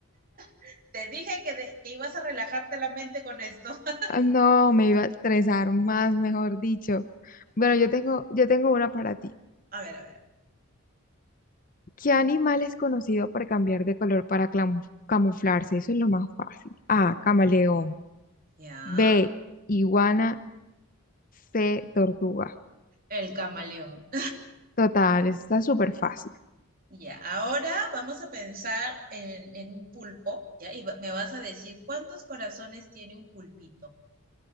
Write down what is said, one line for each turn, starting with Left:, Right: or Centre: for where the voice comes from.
Right: <laughs> te dije que, de- que ibas a relajarte la mente con esto. <laughs>
Left: Ah, No, me iba a estresar más, mejor dicho. Bueno, yo tengo, yo tengo una para ti.
Right: A ver, a ver.
Left: ¿Qué animal es conocido por cambiar de color para clamu- camuflarse? Eso es lo más fácil. A, camaleón.
Right: Ya,
Left: B, iguana. C, tortuga.
Right: el camaleón.
Left: Total, eso está súper fácil.
Right: Ya, ahora vamos a pensar en, en un pulpo, ¿ya? Y me vas a decir cuántos corazones tiene un pulpito.